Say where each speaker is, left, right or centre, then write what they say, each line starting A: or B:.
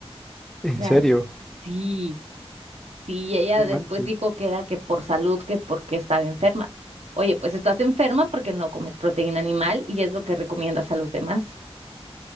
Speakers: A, in the centre; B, on the right.
A: En
B: O sea,
A: serio.
B: sí, sí, y ella
A: No manches.
B: después dijo que era que por salud, que porque estaba enferma. Oye, pues estás enferma porque no comes proteína animal y es lo que recomiendas a los demás.